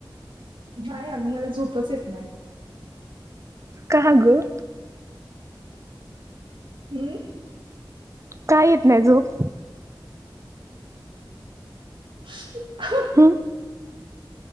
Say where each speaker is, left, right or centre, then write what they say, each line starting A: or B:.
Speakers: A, on the right; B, on the right.
A: नाही अगं, मला झोपच येत नाही.
B: का गं?
A: हम्म.
B: काय येत नाही झोप?
A: <inaudible>
B: हम्म.